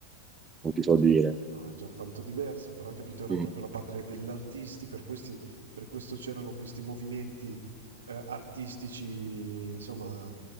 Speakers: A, on the right (about 20°); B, on the right (about 70°).
A: non ti so dire.
B: no, è già tanto diversa, però capito, era
A: Mm.
B: proprio la patria degli artisti, per questi, per questo c'erano questi movimenti eh, artistici, insomma,